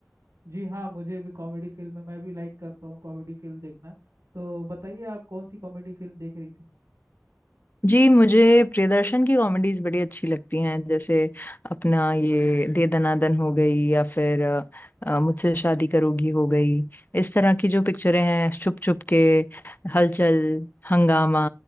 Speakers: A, on the right (about 70°); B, on the left (about 35°).
A: जी हाँ मुझे भी कॉमेडी फिल्म है मैं भी लाइक करता हूँ कॉमेडी फिल्म देखना तो बताइए आप कौन सी कॉमेडी फिल्म देख रही थी
B: जी मुझे प्रियदर्शन की कॉमेडीज बड़ी अच्छी लगती हैं जैसे अपना ये दे दनादन हो गई या फिर अ, अ, मुझसे शादी करोगी हो गई इस तरह की जो पिक्चरें हैं छुप छुप के हलचल हंगामा